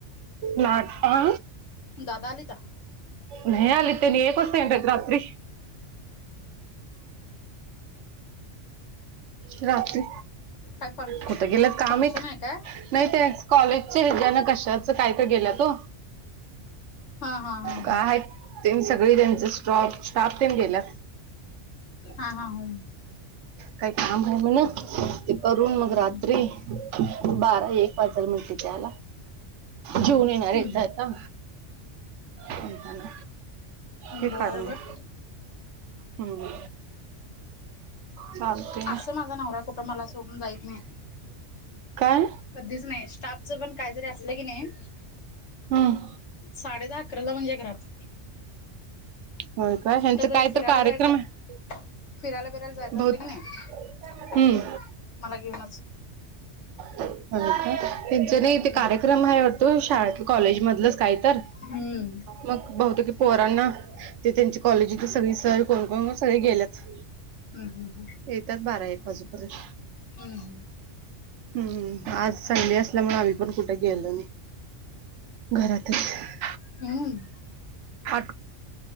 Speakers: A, on the right; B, on the left.
A: नाट आ.
B: दादा आले का?
A: नाही आले तेनी एक वाजता येणार आहेत रात्री. रात्री
B: काय फंक्
A: कुठं गेल्यात काय
B: फंक्शन
A: माहित.
B: आहे काय
A: नाही ते कॉलेजचे हेज्यान कशाच काय तर गेल्यात ओ.
B: हा हा हा
A: काय आहेत ते सगळे त्यांच स्टॉफ स्टाफ तेन गेल्यात.
B: हा हा हा.
A: काही काम हाय म्हण ते करून मग
B: ह
A: रात्री बारा एक वाजल म्हटलीत यायला. जेवून येणार
B: हम्
A: येता येता. म्हणताना हे
B: बर
A: काढून द्या
B: बर
A: हम्म. चालतय.
B: असं माझा नवरा कुठं मला सोडून जाईत नाही.
A: काय?
B: कधीच नाही स्टाफचं पण काय जरी असलं की नाही
A: हम्म.
B: साडे दहा अकराला म्हणजे घरात.
A: होय काय ह्यांचं
B: कुठतरी
A: काय
B: फिरायला
A: तर कार्यक्रम
B: जायचं.
A: आहे
B: फिरायला बिरायला जायचं
A: बहुत
B: असल की नाही
A: हम्म
B: मला घेऊनच.
A: होय का? त्यांच नाही
B: हम्म
A: ते कार्यक्रम हाय वाटत ओ शाळेतलं कॉलेजमधलंच काय तर.
B: हम्म.
A: मग बहुतेक की पोरांना ते त्यांचे कॉलेजची सगळी सर कोण कोण सगळे गेल्यात.
B: हम्म हम्म हम्म.
A: येत्यात बारा एक वाजूपर्यंत.
B: हम्म हं.
A: हम्म आज चांगली असल्यामुळं आम्ही पण कुठं गेलो नाही. घरातचं.
B: हम्म.
A: आठ.